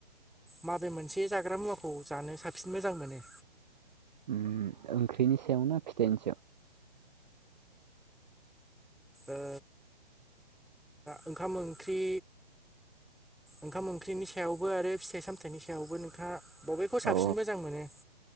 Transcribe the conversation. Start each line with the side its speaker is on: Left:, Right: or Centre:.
Centre: माबे मोनसे जाग्रा मुवाखौ जानो साबसिन मोजां मोनो?
Right: उम ओंख्रिनि सायाव ना फिथाइनि सायाव?
Centre: ओ ओंखाम ओंख्रि ओंखाम ओंख्रिनि सायावबो आरो फिथाइ सामथाइनि सायावबो नोंथाङा बबेखौ साबसिन
Right: औ
Centre: मोजां मोनो